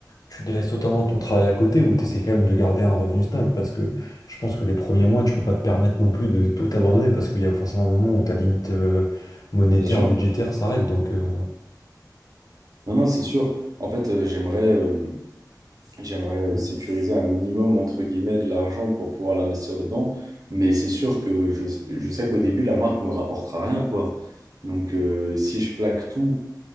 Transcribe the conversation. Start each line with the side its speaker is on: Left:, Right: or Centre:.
Left: tu délaisses totalement ton travail à côté ou t'essaies quand même de garder un revenu stable? Parce que je pense que les premiers mois, tu peux pas te permettre non plus de tout abandonner parce qu'il y a forcément un moment où ta limite euh, monétaire,
Right: Bien sûr.
Left: budgétaire s'arrête. Donc, euh,
Right: Non, non, c'est sûr. En fait, euh, j'aimerais euh, j'aimerais euh, sécuriser un minimum, entre guillemets, de l'argent pour pouvoir l'investir dedans. Mais c'est sûr que je, je sais qu'au début, la marque me rapportera rien, quoi. Donc, euh, si je plaque tout